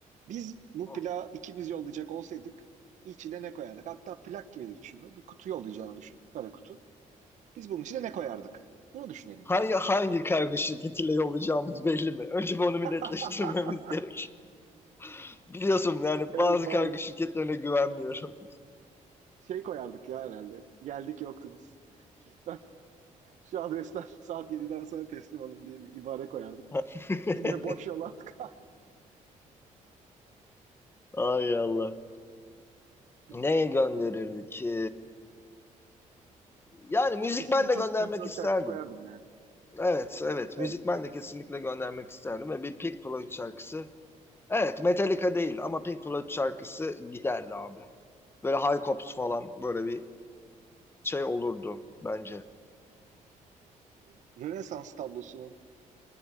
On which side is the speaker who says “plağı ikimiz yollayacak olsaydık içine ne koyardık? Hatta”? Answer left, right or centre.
Right